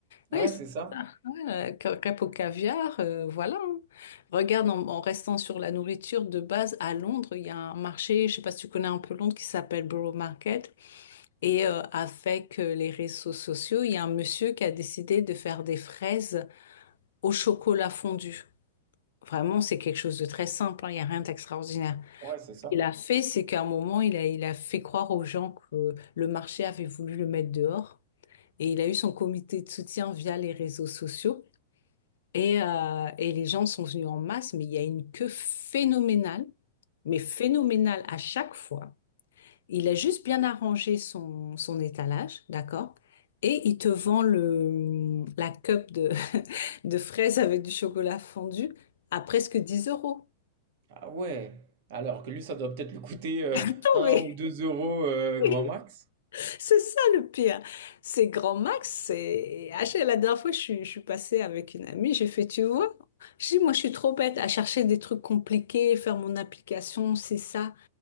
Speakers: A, on the right; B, on the left.
A: Ouais,
B: Oui, c'est
A: c'est ça.
B: ça. Ouais, euh, crêpes au caviar, euh, voilà. hein. Regarde, en, en restant sur la nourriture de base, à Londres, il y a un marché, je sais pas si tu connais un peu Londres, qui s'appelle Borough Market. Et euh, avec euh, les réseaux sociaux, il y a un monsieur qui a décidé de faire des fraises au chocolat fondu. Vraiment, c'est quelque chose de très simple, hein, il n'y a rien d'extraordinaire.
A: Ouais, c'est ça.
B: Il a fait, c'est qu'à un moment, il a, il a fait croire aux gens que le marché avait voulu le mettre dehors. Et il a eu son comité de soutien via les réseaux sociaux. Et, euh, et les gens sont venus en masse, mais il y a une queue phénoménale, mais phénoménale à chaque fois. Il a juste bien arrangé son, son étalage, d'accord? Et il te vend le, la cup de, <laughs> de fraises avec du chocolat fondu à presque 10 euros.
A: Ah ouais. Alors que lui, ça doit peut-être lui coûter euh,
B: Non,
A: un
B: mais
A: ou 2 euros euh,
B: <laughs>
A: grand max.
B: c'est ça le pire. C'est Grand Max. C'est... Ah, je- La dernière fois, je suis, je suis passée avec une amie, j'ai fait, tu vois, je dis, moi, je suis trop bête à chercher des trucs compliqués, faire mon application, c'est ça.